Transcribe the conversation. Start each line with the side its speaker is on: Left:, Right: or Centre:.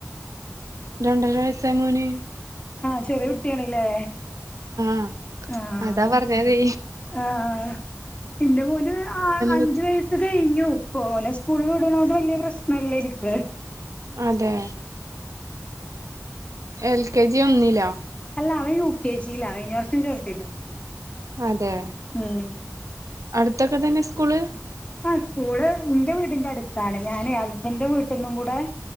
Right: രണ്ടരൈസായി മോനി
Left: ആഹ് ചെറിയ കുട്ടിയാണല്ലേ
Right: ആഹ്
Left: ആഹ്
Right: അതാ പറഞ്ഞതി
Left: ആഹ് എന്റെ മോന് ആ അഞ്ച്
Right: പറ്റി
Left: വയസ് സ് കഴിഞ്ഞു ഓനെ സ്കൂളിൽ ഇടുന്നോട് വലിയ പ്രശ്നില്ലാരിക്
Right: അതെ എൽ കെ ജി ഒന്നില്ലാ
Left: അല്ല അവൻ യു കെ ജി ലാ കഴിഞ്ഞ വർഷം ചേർത്തിരുന്നു
Right: അതെ
Left: ഉം
Right: അടുത്തൊക്കെ തന്നെ സ്കൂള്
Left: ആ സ്കൂള് എന്റെ വീടിന്റെ അടുത്താണ് ഞാനെ ഹസ്ബൻന്റെ വീട്ടന്നും കൂടെ